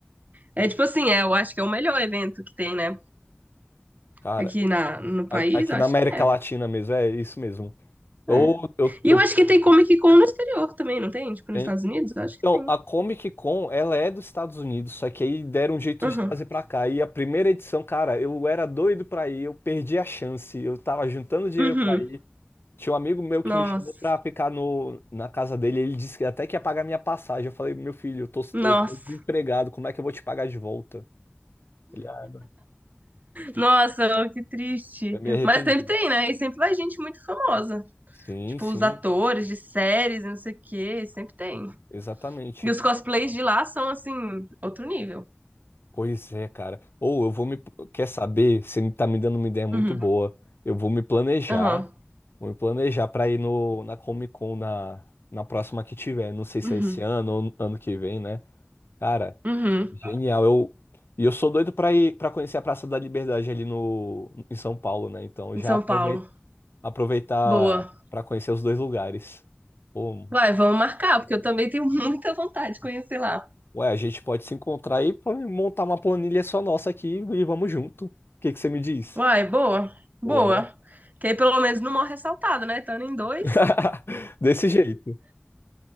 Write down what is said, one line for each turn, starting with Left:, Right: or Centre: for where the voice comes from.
Right: É tipo assim, é, eu acho que é o melhor evento que tem, né?
Left: Cara,
Right: Aqui na, no país,
Left: a- aqui
Right: eu
Left: na
Right: acho
Left: América
Right: que é.
Left: Latina mesmo, é isso mesmo. Ou
Right: é.
Left: eu,
Right: E
Left: eu,
Right: eu acho que tem Comic Con no exterior também, não tem? Tipo, nos
Left: hein?
Right: Estados Unidos? Eu acho
Left: Então,
Right: que tem.
Left: a Comic Con, ela é dos Estados Unidos, só que aí deram um jeito
Right: Uhum.
Left: de trazer pra cá. E a primeira edição, cara, eu era doido pra ir, eu perdi a chance, eu tava juntando dinheiro
Right: Uhum.
Left: pra ir. Tinha um amigo meu
Right: Nossa,
Left: que me chamou pra ficar no, na casa dele, ele disse que até que ia pagar minha passagem. Eu falei, meu filho, eu tô,
Right: nossa,
Left: eu tô desempregado, como é que eu vou te pagar de volta? Ele, ah, não,
Right: nossa, que triste.
Left: eu me arrependi.
Right: Mas sempre tem, né? E sempre vai gente muito famosa.
Left: Sim,
Right: Tipo,
Left: sim,
Right: os atores de séries, não sei o quê, sempre tem.
Left: exatamente.
Right: E os cosplays de lá são, assim, outro nível.
Left: Pois é, cara. Ou eu vou me. Quer saber? Você me- tá me dando uma ideia muito
Right: Uhum.
Left: boa. Eu vou me planejar.
Right: Aham.
Left: Vou me planejar pra ir no, na Comic Con na, na próxima que tiver. Não sei se
Right: Uhum.
Left: é esse ano ou ano que vem, né? Cara,
Right: Uhum.
Left: genial. Eu, e eu sou doido pra ir para conhecer a Praça da Liberdade ali no, em São Paulo, né? Então
Right: Em
Left: já
Right: São
Left: aproveita,
Right: Paulo.
Left: aproveitar
Right: Boa.
Left: pra conhecer os dois lugares. Pô,
Right: Vai, vamos marcar, porque eu também tenho <laughs> muita vontade de conhecer lá.
Left: Ué, a gente pode se encontrar e pô- montar uma planilha só nossa aqui e vamos junto. O que que você me diz?
Right: Vai, boa. Boa.
Left: Boa, né?
Right: Que aí pelo menos não morre ressaltado, né? Estando em dois.
Left: <laughs> Desse jeito.